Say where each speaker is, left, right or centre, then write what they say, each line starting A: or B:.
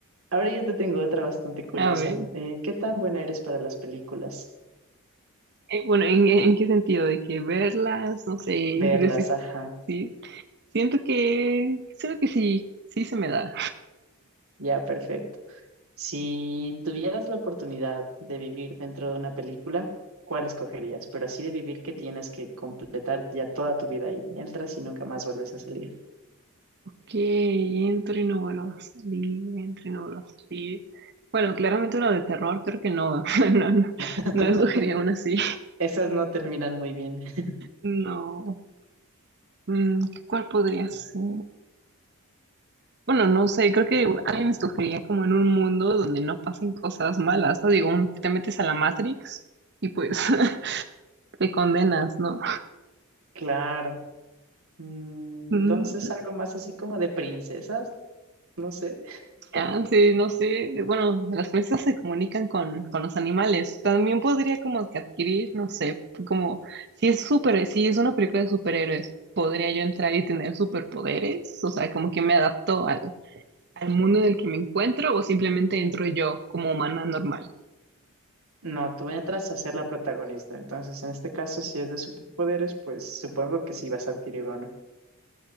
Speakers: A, on the right; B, on the right.
A: Ahora yo te tengo otra bastante curiosa.
B: A ver,
A: Eh, ¿qué tan buena eres para las películas?
B: eh, bueno, ¿en, en qué sentido? De que verlas, no sé,
A: Verlas,
B: decir,
A: ajá.
B: sí. Siento que, siento que sí, sí se me da.
A: Ya, perfecto. Si tuvieras la oportunidad de vivir dentro de una película, ¿cuál escogerías? Pero así de vivir que tienes que completar ya toda tu vida ahí. Entras y nunca más vuelves a salir.
B: Que entro y no vuelvo a salir, entro y no vuelvo a salir. Bueno, claramente uno de terror creo que no, <laughs> no, no,
A: <laughs>
B: no escogería uno así.
A: Esas no terminan muy bien. <laughs>
B: No. Mm, ¿Cuál podría ser? Bueno, no sé, creo que alguien escogería como en un mundo donde no pasen cosas malas, ¿no? Digo, un- te metes a la Matrix y pues <laughs> te condenas, ¿no?
A: Claro. Mm,
B: Mm,
A: Entonces, algo más así como de princesas, no sé.
B: Ah, sí, no sé. Bueno, las princesas se comunican con, con los animales. También podría como que adquirir, no sé, como si es super si es una película de superhéroes, podría yo entrar y tener superpoderes. O sea, como que me adapto al, al mundo en el que me encuentro o simplemente entro yo como humana normal.
A: No, tú entras a ser la protagonista. Entonces, en este caso, si es de superpoderes, pues supongo que sí vas a adquirir uno.